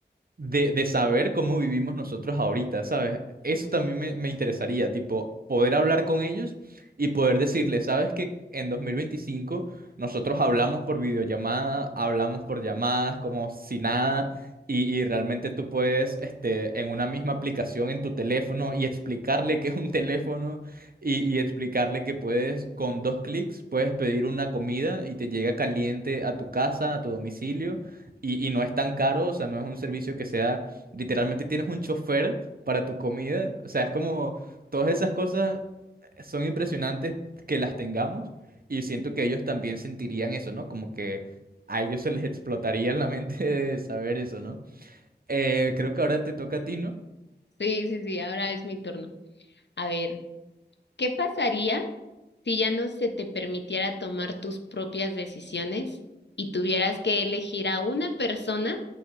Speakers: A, on the right; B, on the left.
A: de, de saber cómo vivimos nosotros ahorita, ¿sabes? Eso también me, me interesaría, tipo, poder hablar con ellos y poder decirles, ¿sabes que En 2025 nosotros hablamos por videollamada, hablamos por llamadas, como si nada, y, y realmente tú puedes, este, en una misma aplicación en tu teléfono y explicarle que es un teléfono y, y explicarle que puedes, con dos clics, puedes pedir una comida y te llega caliente a tu casa, a tu domicilio y, y no es tan caro, o sea, no es un servicio que sea, literalmente tienes un chofer para tu comida, o sea, es como todas esas cosas son impresionantes que las tengamos y siento que ellos también sentirían eso, ¿no? Como que a ellos se les explotaría la mente <laughs> de saber eso, ¿no? Eh, creo que ahora te toca a ti, ¿no?
B: sí, sí, ahora es mi turno. A ver, ¿qué pasaría si ya no se te permitiera tomar tus propias decisiones y tuvieras que elegir a una persona